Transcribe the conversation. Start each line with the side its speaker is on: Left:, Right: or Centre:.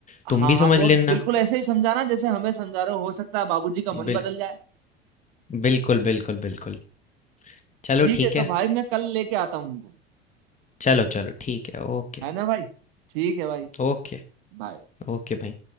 Left: तुम
Right: हाँ
Left: भी समझ
Right: आप और
Left: लेना।
Right: बिल्कुल ऐसे ही समझाना जैसे हमें समझा रहे हो हो सकता है बाबूजी का मन
Left: बिल
Right: बदल जाए
Left: बिल्कुल, बिल्कुल, बिल्कुल। चलो
Right: ठीक
Left: ठीक
Right: है
Left: है,
Right: तो भाई मैं कल लेके आता हूँ उनको
Left: चलो, चलो ठीक है, ओके,
Right: है ना भाई ठीक है भाई
Left: ओके,
Right: बाय
Left: ओके भाई।